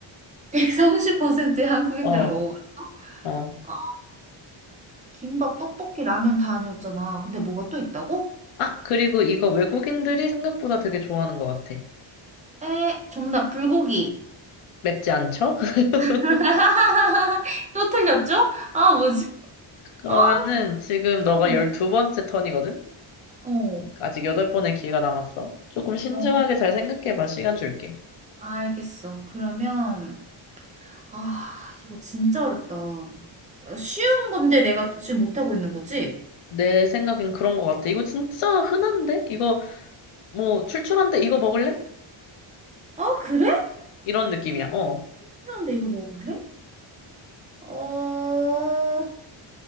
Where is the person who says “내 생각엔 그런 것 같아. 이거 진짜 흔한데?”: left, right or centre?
Left